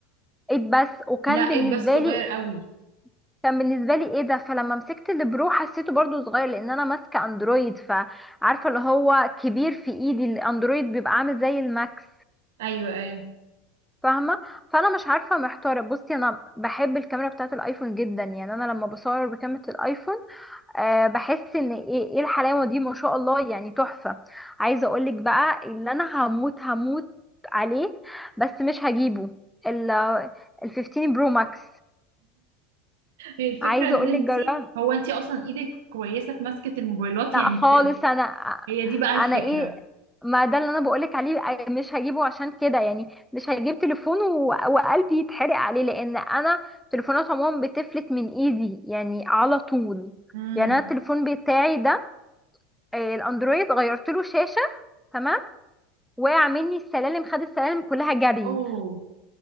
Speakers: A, in the centre; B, on the right.
A: 8 بس وكان
B: لا ايد
A: بالنسبه
B: بس صغير
A: لي
B: قوي
A: كان بالنسبه لي ايه ده فلما مسكت البرو حسيته برضو صغير لان انا ماسكه اندرويد فعارفه اللي هو كبير في ايدي الاندرويد بيبقى عامل زي الماكس
B: ايوه ايوه
A: فاهمه فانا مش عارفه محتاره بصي انا بحب الكاميرا بتاعه الايفون جدا يعني انا لما بصور بكاميرا الايفون أه بحس ان ايه ايه الحلاوه دي ما شاء الله يعني تحفه عايزه اقولك بقى اللي انا هموت هموت عليه بس مش هجيبه ال ال 15 برو ماكس
B: هي الفكره
A: عايزه
B: ان
A: اقولك
B: انت
A: جربت
B: هو انت اصلا ايدك كويسه في مسكه الموبايلات
A: لا
B: يعني
A: خالص
B: بتقد...
A: انا
B: هي دي بقى الفكره
A: انا ايه ما ده اللي انا بقولك عليه مش هجيبه عشان كده يعني مش هجيب تليفون و- وقلبي يتحرق عليه لان انا تليفونات عموما بتفلت من ايدي يعني على طول
B: امم
A: يعني انا التليفون بتاعي ده آه، الاندرويد غيرت له شاشه تمام وقع مني السلالم خد السلالم كلها جري
B: اوه